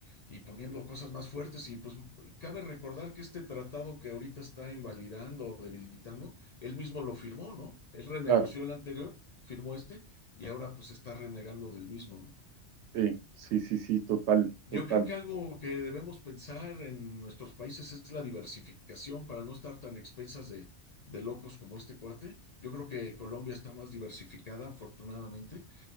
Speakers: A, on the left (about 55°); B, on the right (about 75°).
A: y poniendo cosas más fuertes. Y pues cabe recordar que este tratado que ahorita está invalidando o debilitando, él mismo lo firmó, ¿no? Él renegoció
B: claro,
A: el anterior, firmó este y ahora pues está renegando del mismo, ¿no?
B: sí, sí, sí, sí, total,
A: Yo
B: total.
A: creo que algo que debemos pensar en nuestros países es la diversificación para no estar tan expensas de, de locos como este cuate. Yo creo que Colombia está más diversificada, afortunadamente,